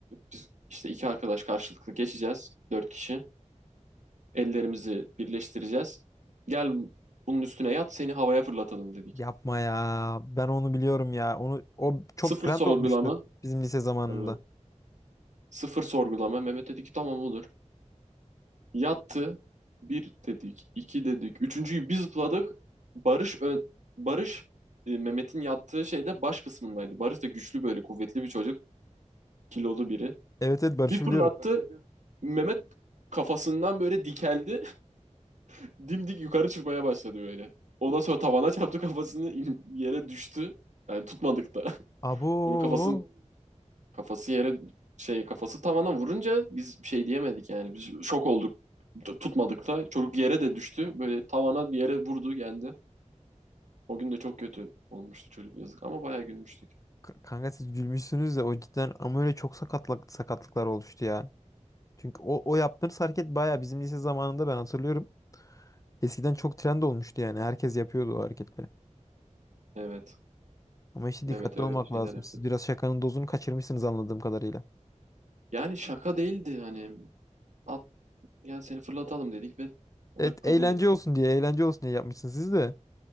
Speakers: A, on the right; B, on the left.
A: biz işte iki arkadaş karşılıklı geçeceğiz. Dört kişi. Ellerimizi birleştireceğiz. Gel bunun üstüne yat seni havaya fırlatalım dedik.
B: Yapma ya. Ben onu biliyorum ya. Onu o çok
A: Sıfır
B: trend
A: sorgulama.
B: olmuştu bizim lise zamanında.
A: Tabii. Sıfır sorgulama. Mehmet dedi ki tamam olur. Yattı. Bir dedik, iki dedik. Üçüncüyü biz zıpladık. Barış ön, Barış e, Mehmet'in yattığı şeyde baş kısmındaydı. Barış da güçlü böyle kuvvetli bir çocuk. Kilolu biri.
B: Evet evet Barış'ı
A: Bir fırlattı.
B: biliyorum.
A: Mehmet kafasından böyle dikeldi. <laughs> Dimdik yukarı çıkmaya başladı böyle. Ondan sonra tavana çarptı kafasını in- yere düştü. Yani tutmadık da.
B: Abo.
A: <laughs> Böyle kafasının Kafası yere şey kafası tavana vurunca biz bir şey diyemedik yani. Biz şok olduk. T- Tutmadık da. Çocuk yere de düştü. Böyle tavana yere vurdu geldi. O gün de çok kötü olmuştu çocuk yazık ama bayağı gülmüştük.
B: K- Kanka siz gülmüşsünüz de o cidden ama öyle çok sakatlık, sakatlıklar oluştu ya. Çünkü o, o yaptığınız hareket bayağı bizim lise zamanında ben hatırlıyorum. Eskiden çok trend olmuştu yani. Herkes yapıyordu o hareketleri.
A: Evet.
B: Ama işte
A: Mehmet
B: dikkatli
A: öyle
B: olmak
A: şeyler
B: lazım.
A: yapıyordu.
B: Siz biraz şakanın dozunu kaçırmışsınız anladığım kadarıyla.
A: Yani şaka değildi hani. At yani seni fırlatalım dedik ve o
B: Evet
A: da kabul
B: eğlence
A: etti.
B: olsun diye, eğlence olsun diye yapmışsınız siz de.